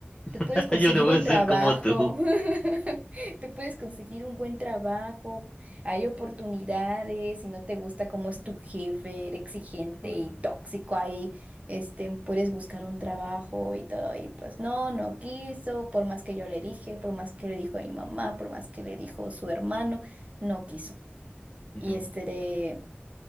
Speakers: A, on the right; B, on the left.
A: tú
B: <laughs>
A: puedes conseguir
B: Yo no voy
A: un
B: a ser
A: trabajo,
B: como tú.
A: <laughs> tú puedes conseguir un buen trabajo, hay oportunidades, si no te gusta cómo
B: Ujú,
A: es tu jefe, era exigente
B: ujú,
A: y tóxico ahí, este, puedes buscar un trabajo y todo. Y pues no, no quiso, por más que yo le dije, por más que le dijo mi mamá, por más que le dijo su hermano, no quiso.
B: ujú,
A: Y este de...